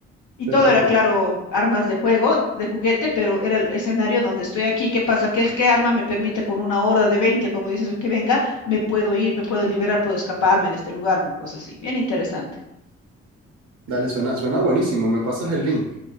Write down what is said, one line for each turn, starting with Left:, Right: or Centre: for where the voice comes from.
Left: y todo
Right: <laughs>
Left: era, claro, armas de juego, de juguete, pero era el escenario donde estoy aquí, ¿qué pasa? ¿Qué, qué arma me permite con una horda de 20, como dices, que venga, me puedo ir, me puedo liberar, puedo escaparme de este lugar, una cosa así. Bien interesante.
Right: Dale, suena, suena buenísimo. Me pasas el link.